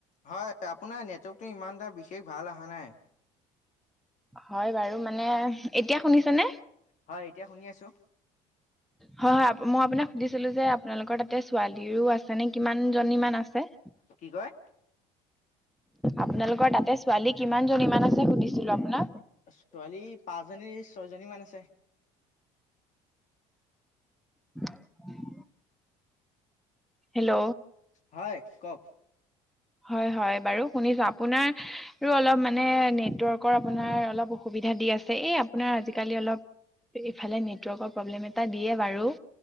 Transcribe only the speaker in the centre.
হয় বাৰু মানে, এতিয়া শুনিছে নে?
হয় হয় মই আপোনাক সুধিছিলো যে আপোনালোকৰ তাতে ছোৱালীৰো আছে নে কিমান জনীমান আছে।
আপোনালোকৰ তাতে ছোৱালী কিমান জনী মান আছে সুধিছিলো আপোনাক।
<inaudible> হেল্ল
হয় হয় বাৰু শুনিছো আপোনাৰো অলপ মানে নেটৱৰ্কৰ আপোনাৰ অলপ অসুবিধা দি আছে। এই আপোনাৰ আজিকালি অলপ ইফালে নেটৱৰ্কৰ প্ৰব্লেম এটা দিয়ে বাৰু।